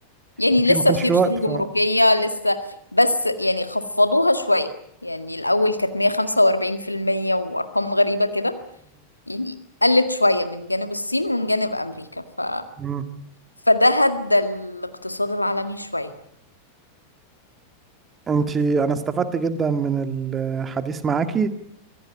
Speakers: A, on the left; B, on the right.
A: يعني
B: كتير
A: لسه
B: ما كانش
A: في
B: في
A: رسوم
B: وقت ف
A: جمركية لسه بس يعني خفضوها شوية يعني الأول كانت 145% وأرقام غريبة كده يعني قلت شوية من جانب الصين ومن جانب أمريكا ف...
B: امم
A: فده هدى الاقتصاد العالمي شوية
B: انتي انا استفدت جدا من الحديث معاكي